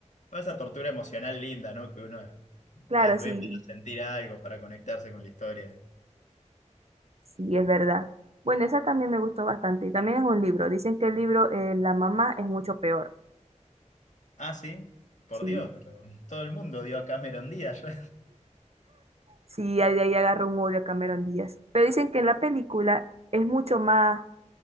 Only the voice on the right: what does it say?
Claro,
sí,
sí, es verdad. Bueno, esa también me gustó bastante. Y también es un libro. Dicen que el libro eh, La mamá es mucho peor.
Sí,
sí, ahí, ahí agarro un odio a Cameron Díaz. Pero dicen que en la película es mucho más,